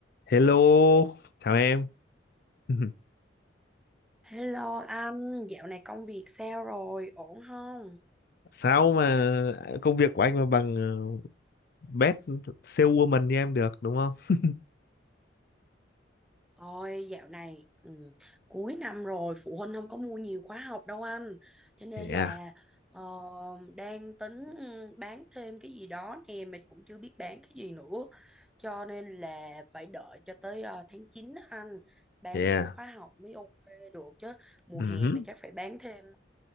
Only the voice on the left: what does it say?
Hello, chào em. <laughs>
Sao mà công việc của anh mà bằng uh, best saleswoman như em được đúng không?
Yeah,
yeah.
ừm,